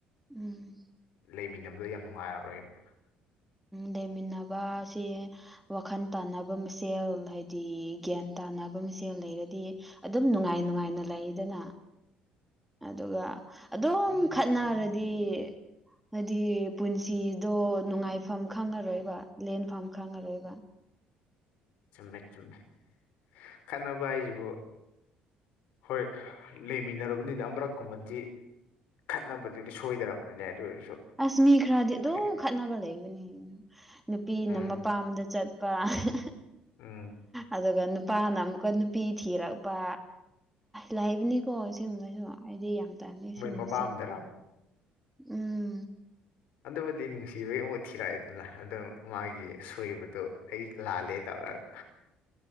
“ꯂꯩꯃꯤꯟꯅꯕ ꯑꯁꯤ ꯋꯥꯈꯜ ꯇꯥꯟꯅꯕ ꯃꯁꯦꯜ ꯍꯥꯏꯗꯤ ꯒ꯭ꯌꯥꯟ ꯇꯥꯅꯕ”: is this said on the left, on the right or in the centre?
Centre